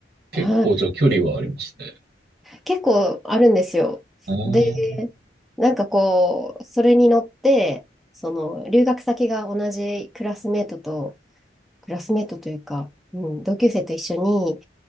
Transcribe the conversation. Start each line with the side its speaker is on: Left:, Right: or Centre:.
Right: 結構、
Centre: はい、
Right: じゃあ距離はありますね。
Centre: 結構あるんですよ。
Right: ああ。
Centre: で、なんかこう、それに乗って、その留学先が同じクラスメートと、クラスメートというか、うん、同級生と一緒に、